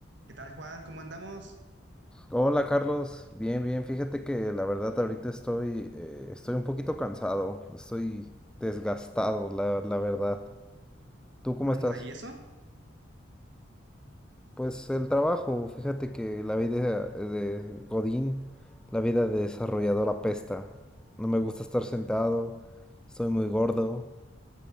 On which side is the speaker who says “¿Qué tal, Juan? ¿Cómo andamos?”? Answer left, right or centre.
Right